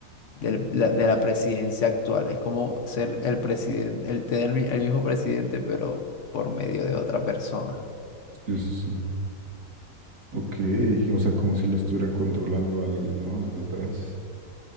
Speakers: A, on the left; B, on the right.
A: del- la- de la presidencia actual. Es como ser el presidente, el tener mi- el mismo presidente, pero por medio de otra persona.
B: sí, sí, sí. Ok, o sea, como si lo estuviera controlando alguien, ¿no? Detrás.